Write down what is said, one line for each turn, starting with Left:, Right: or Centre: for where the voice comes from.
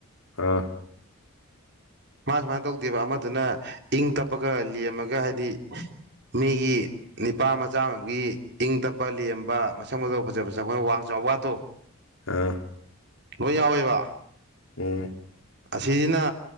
Left: ꯑꯥ
Right: ꯃꯥ ꯁꯨꯃꯥꯏꯅ ꯇꯧꯗꯦꯕ ꯑꯃꯗꯨꯅ ꯏꯪ ꯇꯞꯄꯒꯥ ꯂꯦꯝꯃꯒ ꯍꯥꯏꯗꯤ ꯃꯤꯒꯤ ꯅꯤꯄꯥ ꯃꯆꯥ ꯑꯃ ꯑꯣꯏꯕꯒꯤ ꯏꯪ ꯇꯞꯄ ꯂꯦꯝꯕ ꯃꯁꯛ ꯃꯇꯧ ꯐꯖ ꯐꯖ ꯑꯩꯈꯣꯏꯅ ꯋꯥꯡ ꯆꯥꯎ ꯀꯥꯠꯇꯣ
Left: ꯑꯥ
Right: ꯂꯣꯏ ꯌꯥꯎꯋꯣꯏꯕ
Left: ꯎꯝ
Right: ꯑꯁꯤꯁꯤꯅ